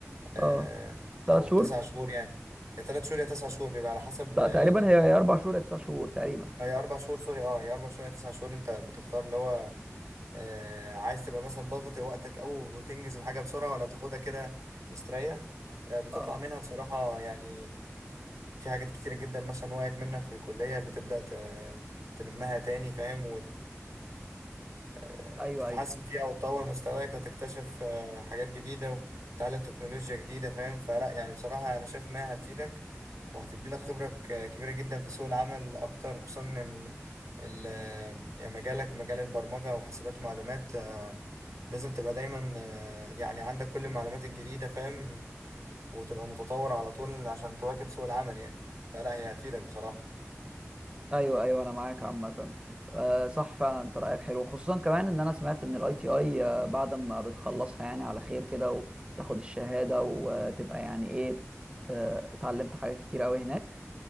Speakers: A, on the right (about 85°); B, on the right (about 20°).
A: آه،
B: اه ثلاث
A: او
B: شهور
A: تسع شهور يعني يا ثلاث شهور يا تسع شهور بيبقى على حسب
B: لا
A: يعني
B: تقريبا
A: انت
B: هي هي اربع شهور يا تسع شهور تقريبا
A: اه، يا اربع شهور سوري اه يا اربع شهور يا تسع شهور انت بتختار اللي هو آه، عايز تبقى مثلا ضاغط وقتك أوي وتنجز الحاجة بسرعة ولا تاخدها كده مستريح آه، بتطلع
B: اه
A: منها بصراحة يعني في حاجات كتيرة جدا مثلا وقعت منك في الكلية بتبدأ ت- تلمها تاني فاهم وتتحسن
B: ايوه ايوه
A: فيها وتطور مستواك وتكتشف آه، حاجات جديدة وتتعلم تكنولوجيا جديدة فاهم فلا يعني بصراحة أنا شايف إنها هتفيدك وهتدي لك خبرة ك- كبيرة جدا في سوق العمل أكتر خصوصا إن ال- يعني مجالك مجال البرمجة وحاسبات معلومات لازم تبقى دايما آه، يعني عندك كل المعلومات الجديدة فاهم وتبقى متطور على طول عشان تواكب سوق العمل يعني فلا هي هتفيدك بصراحة
B: ايوه ايوه انا معاك عامه آه صح فعلا انت رايك حلو خصوصا كمان ان انا سمعت ان الاي تي اي آه، بعد ما بتخلصها يعني على خير كده وتاخد الشهاده وتبقى يعني ايه آه اتعلمت حاجات كتير قوي هناك